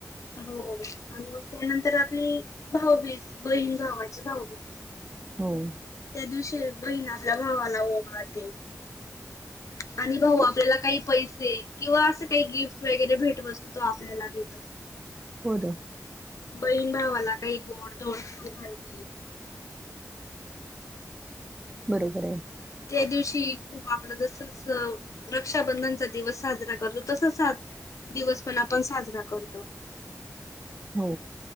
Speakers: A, on the left; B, on the right.
A: हो आणि मग त्यानंतर. आपली भाऊभीज बहीण भावाची भाऊभीज
B: हो
A: त्या दिवशी बहीण आपल्या भावाला ओवाळते. आणि भाऊ आपल्याला काही पैसे किंवा असं काही गिफ्ट वगैरे भेटवस्तू तो आपल्याला देतो.
B: होत.
A: बहीण भावाला काही गोड दोड खऊ घालतील.
B: बरोबर आहे.
A: त्या दिवशी खूप आपलं जस रक्षाबंधनचा दिवस साजरा करतो तसच ह दिवस पण आपण साजरा करतो.
B: हो.